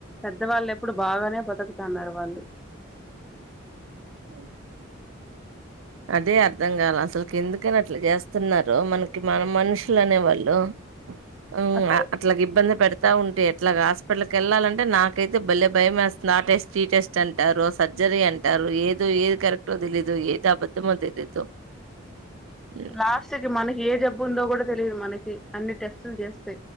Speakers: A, in the centre; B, on the right (about 75°).
A: పెద్దవాళ్ళు ఎప్పుడు బాగానే బతుకుతున్నారు వాళ్ళు.
B: ఊ అదే అర్థం గాల, అసల్ కెందుకని అట్లా చేస్తున్నారు మనకి మన మనుషులనేవాళ్ళు. ఊ
A: అసలు
B: ఆ అట్లగిబ్బంది పెడుత్. ట్ల ఉంటే ఎట్లాగా హాస్పిటల్కి వెళ్ళాలంటే నాకైతే భళ్లే భయమేస్తుంది. ఆ టెస్ట్, ఈ టెస్ట్ అంటారు, సర్జరీ అంటారు. ఏదో ఏది కరెక్టో తెలీదు, ఏ ద్దబద్దమో తెలీదు. హ్మ్.
A: లాస్ట్ కి మనకి ఏ జబ్బు ఉందో గూడ. తెలిదు మనకి, అన్ని టెస్టులు చేస్తే